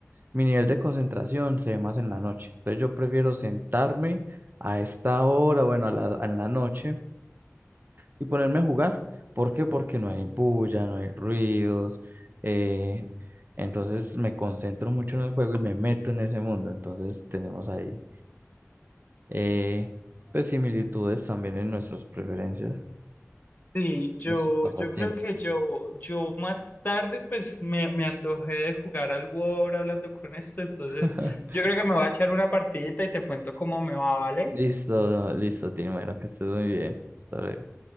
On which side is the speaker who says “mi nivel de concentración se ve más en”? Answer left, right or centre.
Right